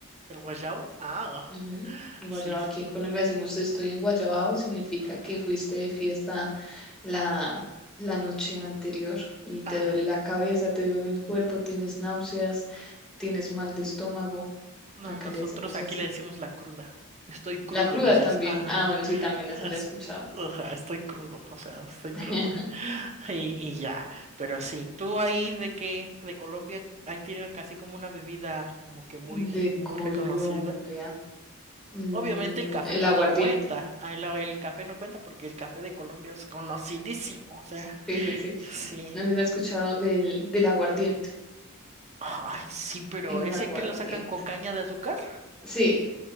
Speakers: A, on the right; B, in the centre.
A: ¿El guayabo? Ah,
B: Ujú, Guayaba,
A: sí, sí.
B: aquí en Colombia decimos estoy en Guayabao, significa
A: ajá,
B: que fuiste de fiesta la, la noche anterior y te
A: Ah,
B: duele la cabeza, te duele el cuerpo, tienes náuseas, tienes mal de estómago.
A: no,
B: Acá
A: y nosotros
B: le decimos
A: aquí
B: así.
A: le decimos la cruda. Estoy crudo,
B: La cruda
A: dices.
B: también.
A: Ajá.
B: Ah, bueno, sí, también
A: Es-
B: esa la he escuchado.
A: ajá, estoy crudo, o sea, estoy crudo.
B: <laughs>
A: Y, y ya, pero sí, tú ahí de que de Colombia, ahí tienen casi como una bebida como que muy,
B: De
A: muy
B: Colombia.
A: reconocida.
B: Mm,
A: Obviamente el café
B: el
A: pues
B: aguardiente.
A: no cuenta, ahí la- el café no cuenta porque el café de Colombia es conocidísimo, o sea,
B: Sí, sí, sí.
A: sí.
B: No sé si has escuchado del, del aguardiente.
A: Ay, sí, pero
B: El
A: ese
B: aguardiente.
A: que lo sacan con caña de azúcar.
B: Sí,